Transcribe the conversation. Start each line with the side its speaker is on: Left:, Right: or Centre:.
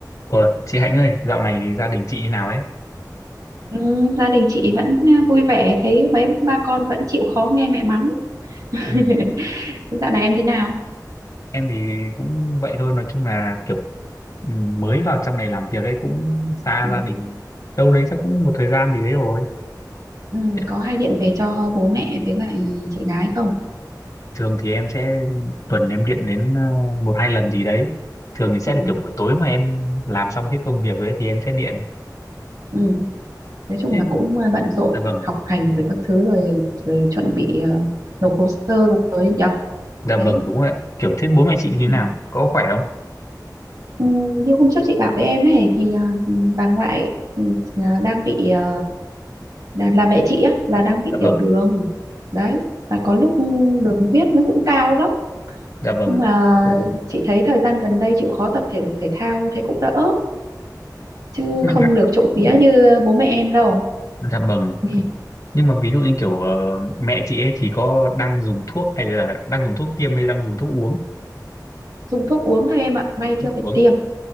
Left: Ủa, chị Hạnh ơi, dạo này gia đình chị như nào ấy?
Right: Ừ, gia đình chị vẫn à, vui vẻ thấy mấy ba con vẫn chịu khó nghe mẹ mắng <laughs>
Left: Ừ.
Right: Thế dạo này em thế nào
Left: Em thì cũng vậy thôi, nói chung là kiểu ừ, mới vào trong này làm việc ấy cũng xa
Right: ừ.
Left: gia đình đâu đấy chắc cũng một thời gian gì đấy rồi.
Right: Ừ,
Left: Nên
Right: có hay điện về cho bố mẹ với lại chị gái không
Left: Thường thì em sẽ tuần em điện đến ờ, một hai lần gì đấy. Thường thì sẽ
Right: ừ.
Left: là kiểu buổi tối mà em làm xong hết công việc ấy thì em sẽ điện.
Right: Ừ. nói chung
Left: Thế-
Right: là cũng à, bận rộn
Left: Dạ vâng,
Right: học hành rồi các thứ rồi, rồi chuẩn bị à, nộp hồ sơ rồi ấy nhở
Left: dạ
Right: đấy
Left: vâng đúng rồi. Kiểu thế bố mẹ chị như thế
Right: ừ.
Left: nào? Có khỏe không?
Right: Ừ, như hôm trước chị bảo với em ấy thì à, bà ngoại ừ, à, đang bị à, là, là mẹ chị á là đang bị
Left: Dạ
Right: tiểu
Left: vâng,
Right: đường đấy và có lúc đường huyết nó cũng cao lắm
Left: dạ vâng.
Right: nhưng mà chị thấy thời gian gần đây chịu khó tập thể dục thể thao thấy cũng đỡ chứ
Left: Nhưng
Right: không
Left: mà
Right: được trộm vía như bố mẹ em đâu
Left: dạ vâng
Right: <laughs>
Left: nhưng mà ví dụ như kiểu ờ, mẹ chị ấy thì có đang dùng thuốc hay là đang dùng thuốc tiêm hay đang dùng thuốc uống
Right: dùng thuốc uống thôi em ạ may
Left: thuốc
Right: chưa phải
Left: uống
Right: tiêm